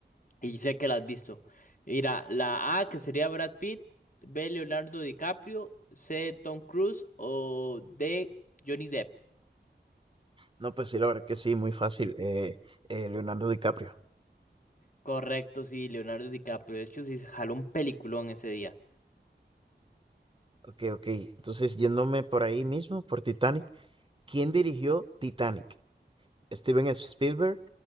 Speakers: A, on the left; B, on the right.
A: y sé que la has visto. Mira, la A que sería Brad Pitt, B Leonardo DiCaprio, C Tom Cruise o D Johnny Depp.
B: No, pues sí, la verdad que sí, muy fácil. eh, eh, Leonardo DiCaprio.
A: Correcto, sí, Leonardo DiCaprio. De hecho, sí se jaló un peliculón ese día.
B: Ok, ok. Entonces, yéndome por ahí mismo, por Titanic. ¿Quién dirigió Titanic? ¿Steven Spielberg,